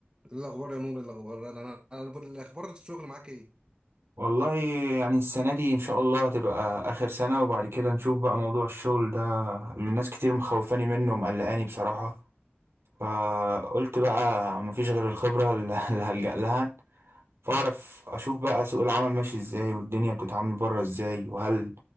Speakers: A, on the right; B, on the right.
A: ايه الاخبار يا نور إيه الاخبار انا انا أنا بقول- الاخبار الشغل معاك ايه
B: والله يعني السنة دي إن شاء الله هتبقى آخر سنة وبعد كده نشوف بقى موضوع الشغل ده اللي الناس كتير مخوفاني منه ومقلقاني بصراحة فقلت بقى مفيش غير الخبرة اللي <laughs> اللي هلجأ لها فأعرف أشوف بقى سوق العمل ماشي إزاي والدنيا بتتعامل بره إزاي وهل